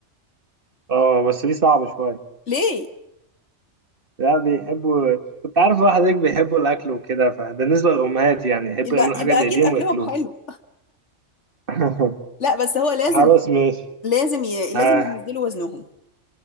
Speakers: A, on the right; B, on the left.
A: اه بس دي صعبة شوية
B: ليه
A: لا بيحبوا كنت عارف واحد هيك بيحبوا الأكل وكده فبالنسبة للأمهات يعني يحبوا
B: يبقى
A: يعملوا
B: يبقى
A: حاجة بإيديهم
B: أكيد أكلهم
A: وياكلوها
B: حلو
A: <laughs>
B: لا بس هو لازم
A: خلاص ماشي
B: لازم ي... لازم
A: آه
B: ينزلوا وزنهم